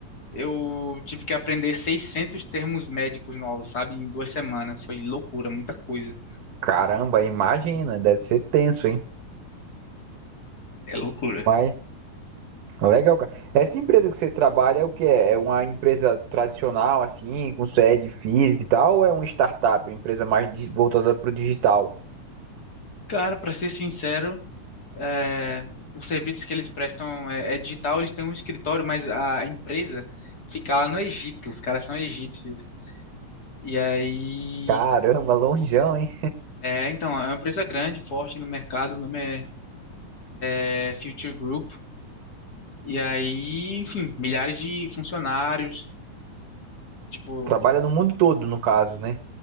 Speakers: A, on the left; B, on the right.
A: eu tive que aprender 600 termos médicos novos, sabe? Em duas semanas. Foi loucura, muita coisa.
B: Caramba, imagina, deve ser tenso, hein?
A: É loucura.
B: Mas legal, cara. Essa empresa que você trabalha é o que é? É uma empresa tradicional, assim, com sede física e tal, ou é uma startup, uma empresa mais di- voltada para o digital?
A: Cara, para ser sincero, é, os serviços que eles prestam é, é digital, eles têm um escritório, mas a empresa fica lá no Egito. Os caras são egípcios. E aí.
B: Caramba, longeão, hein?
A: É, então, é uma empresa grande, forte no mercado, o nome é, é Future Group. E aí, enfim, milhares de funcionários. Tipo,
B: Trabalha no mundo todo, no caso, né?